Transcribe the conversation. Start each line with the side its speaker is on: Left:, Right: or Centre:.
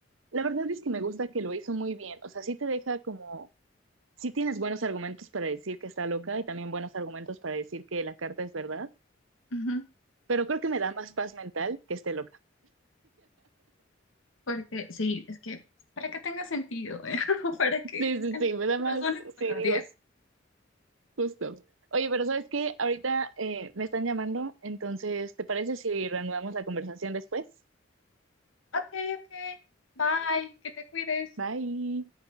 Right: la verdad es que me gusta que lo hizo muy bien, o sea, sí te deja como sí tienes buenos argumentos para decir que está loca y también buenos argumentos para decir que la carta es verdad,
Left: Ujú.
Right: pero creo que me da más paz mental que esté loca.
Left: Porque sí, es que para que tenga sentido, ¿eh? <laughs> Para que
Right: Sí, sí,
Left: tengas
Right: sí, me da más,
Left: razones para
Right: sí, digo,
Left: odiar.
Right: justo. Oye, pero ¿sabes qué? Ahorita eh, me están llamando, entonces, ¿te parece si reanudamos la conversación después?
Left: Ok, ok, bye, que te cuides.
Right: Bye.